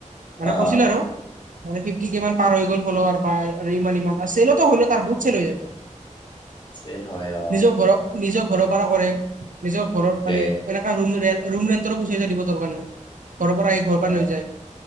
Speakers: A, on the right; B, on the left.
A: মানে
B: অ
A: কৈছিল
B: অ
A: আৰু। মানে ফিফটি কেমান পাৰ হৈ গল ফলৱাৰ বা ইমান ইমান চেলো হ'ল ত' বহুত চেল হৈ যাই ত'।
B: চেল হয় অ
A: নিজৰ ঘৰক, নিজৰ ঘৰৰপৰা কৰে, নিজৰ ঘৰত
B: তে
A: মানে এনে মা ৰুম ৰেন, ৰুম ৰেণ্টৰো গুচি যাই দিব দৰকাৰ নাই, ঘৰৰপৰা আহি ঘৰৰপৰা
B: অ
A: লৈ যায়।